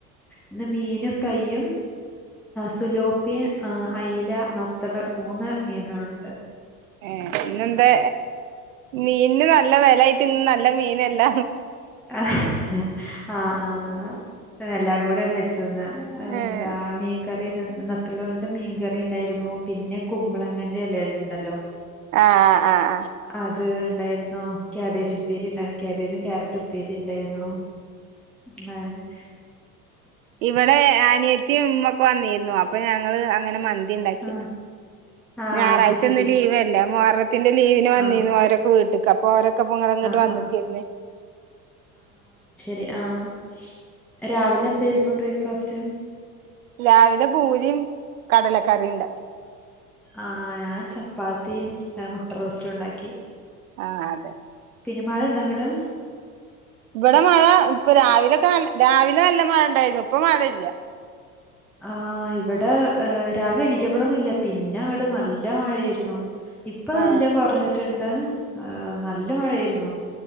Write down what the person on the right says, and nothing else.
ഏ പിന്നെന്താ മീനിന് നല്ല വിലയായിട്ട് ഇ നല്ല മീനല്ല
ഏഹ്
ആഹ് ആഹ് ആഹ്
ഇവിടെ അനിയത്തി ഇമ്മ ഒക്കെ വന്നിരുന്നു അപ്പൊ ഞങ്ങള് അങ്ങനെ മന്തി <unintelligible>
ഞായറാഴ്ച
ഇന്ന് ലീവ് അല്ലേ മുഹ ത്തിന്റെ ലീവിന് വന്നീന്ന്
അവരൊക്കെ വീട്ടക്ക് അപ്പോ അവര ക്ക പ്പഇങ്ങനെ ഇങ്ങട്ട്
വന്നിക്കന്ന്
ലാവിലെ പൂരിയും കടലക്കറിയിണ്ട
ആഹ് അതെ
ഇവിടെ മഴ ഇപ്പൊ രാവിലൊക്കെ നല്ല രാവിലെ നല്ല മഴ ണ്ടാരുന്നു ഇപ്പൊ മഴ ഇല്ല
ആ